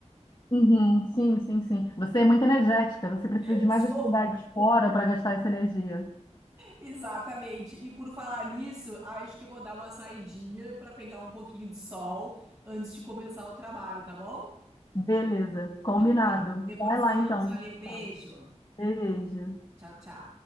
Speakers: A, on the left; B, on the right.
A: Uhum, sim, sim, sim. Você é muito energética, você precisa
B: <laughs>
A: de mais atividades
B: Só-
A: fora para gastar essa energia.
B: Exatamente. E por falar nisso, acho que eu vou dar uma saidinha pra pegar um pouquinho de sol antes de começar o trabalho, tá bom?
A: Beleza, combinado.
B: Então tá, depois
A: Vai
B: nos
A: lá
B: falamos.
A: então, a
B: Valeu,
A: gente
B: beijo.
A: fala. Beijo.
B: Tchau, tchau.